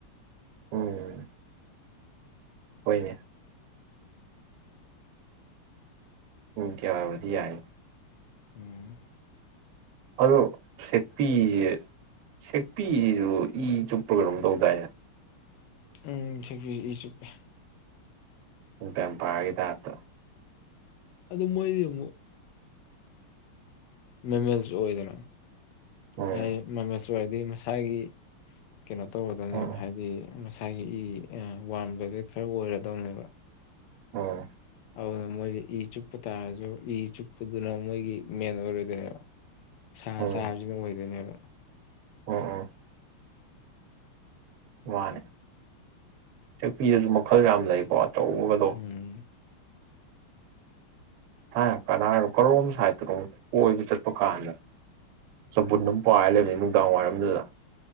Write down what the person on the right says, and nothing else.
ꯎꯝ ꯍꯣꯏꯅꯦ ꯎꯝ ꯌꯥꯕꯗꯤ ꯌꯥꯏꯅꯦ
ꯑꯗꯣ ꯁꯦꯛꯄꯤꯁꯦ ꯁꯦꯛꯄꯤꯁꯤꯁꯨ ꯏ ꯆꯨꯞꯄ ꯀꯩꯅꯣꯝ ꯇꯧꯗꯥꯏꯅꯦ
ꯕꯦꯝꯕꯤꯌꯔꯒꯤ ꯇꯥꯞꯇ
ꯎꯝ
ꯎꯝ
ꯎꯝ
ꯎꯝ
ꯎꯝ ꯎꯝ ꯃꯥꯅꯦ ꯁꯦꯛꯄꯤꯗꯁꯨ ꯃꯈꯜ ꯌꯥꯝ ꯂꯩꯀꯣ ꯑꯆꯧꯕꯒꯗꯨ
ꯊꯥꯏ ꯀꯅꯥꯏꯔꯣ ꯀꯔꯣꯝ ꯁꯥꯏꯠꯇꯅꯣ ꯀꯣꯏꯕ ꯆꯠꯄ ꯀꯥꯟꯗ ꯆꯕꯨꯟ ꯑꯃ ꯄꯥꯏꯔ ꯂꯩꯕꯅꯤ ꯅꯨꯡꯗꯥꯡꯋꯥꯏꯔꯝꯗꯨꯗ